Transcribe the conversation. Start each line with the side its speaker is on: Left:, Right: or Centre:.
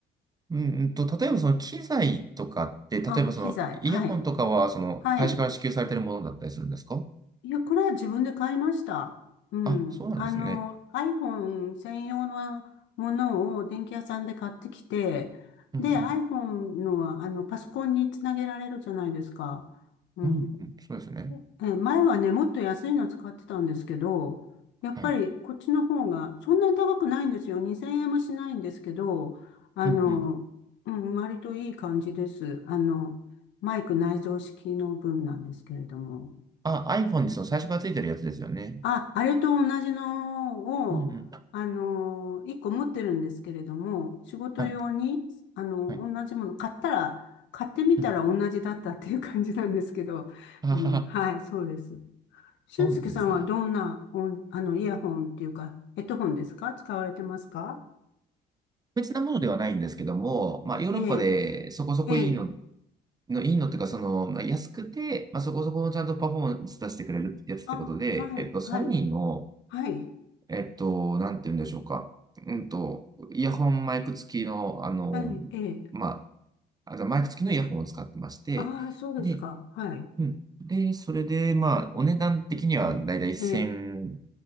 Right: うんうんと、例えばその機材とかって、例えばそのイヤホンとかは、
Left: あ、機材。はい、
Right: その会社から支給されてるものだったりするんですか
Left: はい。いや、これは自分で買いました。うん。
Right: あ、そうなんですね。
Left: あの、iPhone 専用のものを電気屋さんで買ってきて、
Right: うんうん。
Left: で、iPhone のは、あの、パソコンにつなげられるじゃないですか。うん。
Right: うんうん。そうですね。
Left: え、前はね、もっと安いの使ってたんですけど、やっぱりこっちの方が、
Right: はい。
Left: そんなに高くないんですよ。2000円もしないんですけど、あの、
Right: うんうん。
Left: うん、割といい感じです。あの、マイク内蔵式の分なんですけれども。
Right: あ、iPhone にその最初からついてるやつですよね。
Left: あ、あれと同じのを、
Right: うんうん。
Left: あの、一個持ってるんですけれども、仕事用に、
Right: はい。
Left: あの、
Right: はい。
Left: 同じもの買ったら、買ってみたら同じだったっていう感じなんですけど、
Right: うん。あはは。
Left: あの、はい、そうです。俊介さんはどんな、
Right: そうなんですね。
Left: お、あの、イヤホンっていうか、ヘッドホンですか使われてますか
Right: 別なものではないんですけども、まあ、ヨーロッパでそこそこいいの、
Left: ええ、ええ、
Right: のいいのっていうか、その、まあ、安くて、まあ、そこそこのちゃんとパフォーマンス出してくれるやつってことで、
Left: あ、はい、
Right: えっと、
Left: はい、
Right: ソニーの、
Left: はい、
Right: えっと、なんて言うんでしょうか。うんと、イヤホンマイク付きの、あの、
Left: はい、ええ、
Right: まあ、あとマイク付きのイヤホンを使ってまして、
Left: ああ、そうですか、
Right: で、
Left: はい、
Right: うん。で、それで、まあ、お値段的にはだいたい1000、
Left: ええ、